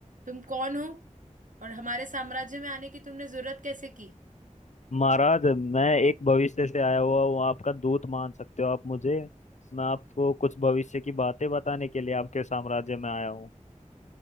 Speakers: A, on the right; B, on the left.
A: तुम कौन हो और हमारे साम्राज्य में आने की तुमने जरूरत कैसे की
B: महाराज मैं एक भविष्य से आया हुआ हूँ आपका दूत मान सकते हो आप मुझे मैं आपको कुछ भविष्य की बातें बताने के लिए आपके साम्राज्य में आया हूँ